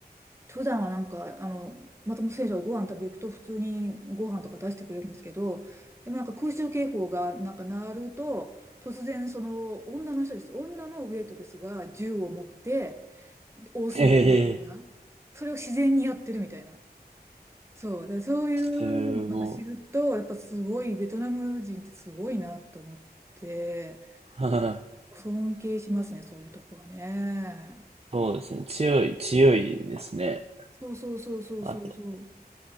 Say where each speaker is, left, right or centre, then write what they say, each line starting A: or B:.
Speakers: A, on the right; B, on the right.
A: 普段はなんか、あの、松本選手がご飯食べ行くと普通にご飯とか出してくれるんですけど、でもなんか空襲警報がなんか鳴ると、突然その女の人です。女のウェイトレスが銃を持ってで応戦するみたいな。
B: へえ。
A: それを自然にやってるみたいな。そう。だからそういう
B: すご
A: のをなんか知ると、やっぱすごい、ベトナム人ってすごいなと思って、
B: い。<laughs> はい
A: 尊敬しますね、そういうとこはね。
B: そうですね。強い、強いですね。
A: そうそうそうそうそうそう。
B: あと、